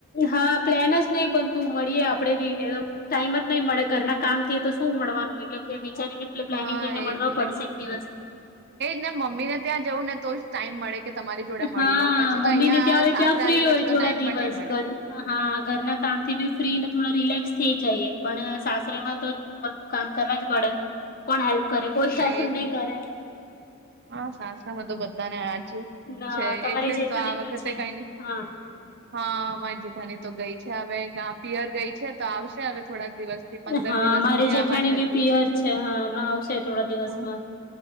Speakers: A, on the left; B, on the right.
A: હા પ્લેન જ નહી બનતું મળીએ આપડે બી ટાઈમ જ નહી મળે ઘરના કામ થી તો શું મળવાનું એટલે વિચારીને પ્લાનિંગ
B: હા
A: કરીને
B: એજ
A: મળવા પડશે
B: ને,
A: એક દિવસ
B: એજ ને મમ્મી ને ત્યાં જવું ને તો જ ટાઈમ મળે. કે તમારી જોડે મળી
A: હા
B: લઉં પછી
A: મમ્મી
B: તો અહિયાં
A: ને ત્યાં હ
B: સાસરે
A: ત્યાં ફ્રી
B: આવ્યા
A: હોય
B: પછી
A: થોડા
B: તો ટાઈમ
A: દિવસ
B: પણ નહી મળે
A: ઘર હા ઘરના કામ થી બી ફ્રીને થોડા રિલેક્સ થઈ જઈએ, પણ સાસરેમાં તો બધું કામ કરવા જ પડે, કોણ હેલ્પ કરે કોઈ શસ
B: એજ
A: નહી
B: ને.
A: કરે.
B: હા સાસ્ત્રા માં તો બધા નેજ આજ
A: ના
B: છે
A: તમારી
B: એટલે
A: જેઠાણી
B: જ તો આ વખતે
A: છે
B: કઈ નહી
A: હા
B: હા માય જેઠાની તો ગઈ છે. હવે ગ પિયર ગઈ છે તો આવશે હવે થોડાક દિવસ થી પંદર
A: હા
B: દિવસ
A: મારી
B: થી
A: જેઠાણી
B: આવવાની
A: બી
B: હતી
A: પિયર છે હા હમણા આવશે થોડા દિવસમાં
B: હા